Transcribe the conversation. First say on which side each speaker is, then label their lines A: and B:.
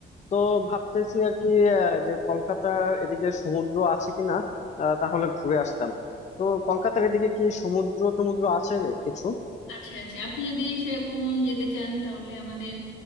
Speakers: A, on the left (about 35°); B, on the left (about 85°).
A: তো ভাবতেছি আর কি আহ, যে কলকাতার এদিকে সমুদ্র আছে কিনা আহ, তাহলে ঘুরে আসতাম তো কলকাতার এদিকে কি সমুদ্র টমুদ্র আছে কিছু
B: আছে আছে আপনি যদি সেরকম যেতে চান তাহলে আমাদের